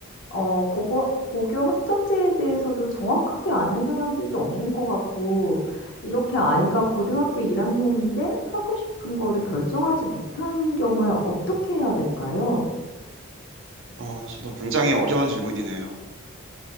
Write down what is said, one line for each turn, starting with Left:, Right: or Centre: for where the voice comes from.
Left: 어 고고 고교 학점제에 대해서도 정확하게 아는 사람들도 없는 것 같고 이렇게 아이가 고등학교 1학년인데 하고 싶은 거를 결정하지 못한 경우에 어떻게 해야 될까요?
Right: 아, 저도 굉장히 어려운 질문이네요.